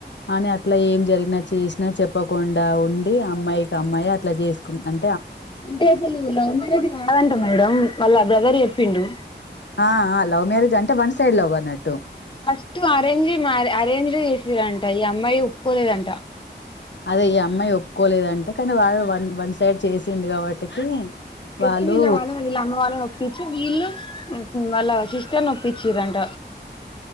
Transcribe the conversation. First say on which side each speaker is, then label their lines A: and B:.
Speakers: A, on the left; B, on the left.
A: అని అట్లా ఏం జరిగిన చేసినా చెప్ప కుండా ఉండి అమ్మాయికి అమ్మాయే అట్లా చేసుకు అం
B: అంటే అసలు లవ్ మ్యారేజ్ కాదంట మేడం వాళ్ళ బ్రదర్ చెప్పిండు
A: ఆ ఆ లవ్ మ్యారేజ్ అంటే వన్ సైడ్ లవ్ అన్నట్టు
B: ఫస్ట్ అరేంజ్ మ్యా అరేంజడ్ ఎ చేస్ అంటా ఈ అమ్మాయి ఒప్పుకోలేదంటా
A: అదే ఈ అమ్మాయి ఒప్పుకోలేదంటే కానీ వాడు వన్ వన్ సైడ్ చేసిండు కాబట్టికి
B: <unintelligible>
A: వాళ్ళు
B: వీళ్ల వాళ్ళనీ వీళ్ల అమ్మ వాల్లని పచ్చ వీళ్ళు వాళ్ళ సిస్టర్ నో ఇచ్చిర్రంట